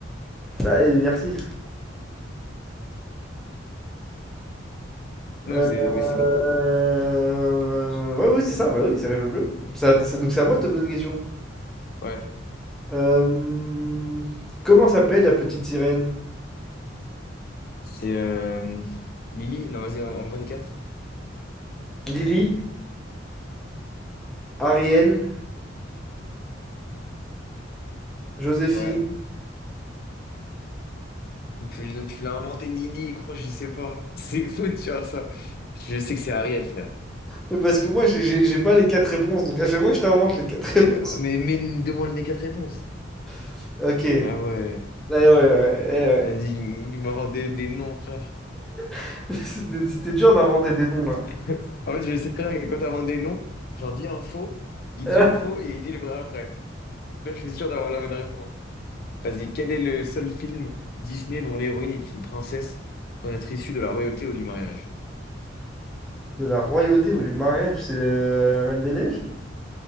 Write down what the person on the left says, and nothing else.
Non,
mais c'est
mais c'est bon.
Ouais.
C'est euh, Lily. Non, vas-y, on voit les quatre.
Ouais. Tu, tu l'as inventé, Lily, crois, je sais pas. <laughs> C'est fou de faire ça. Je sais que c'est Ariel, frère.
Et- mais, mais il demande les quatre réponses.
Ah ouais.
Vas-y, il m'invente des, des noms, frère.
<laughs> En fait, je sais très bien que quand t'inventes des noms, j'en dis un faux, il
dit le faux et il dit le vrai après. Là, je suis sûr d'avoir la bonne réponse. Vas-y, quel est le seul film Disney dont l'héroïne est une princesse sans être issue de la royauté ou du mariage?